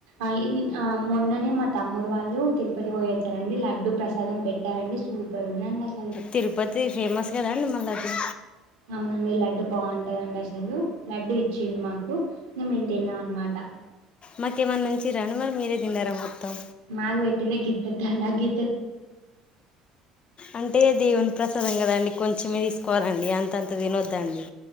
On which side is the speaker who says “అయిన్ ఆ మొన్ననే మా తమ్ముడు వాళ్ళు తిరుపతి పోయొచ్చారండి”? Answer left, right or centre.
Right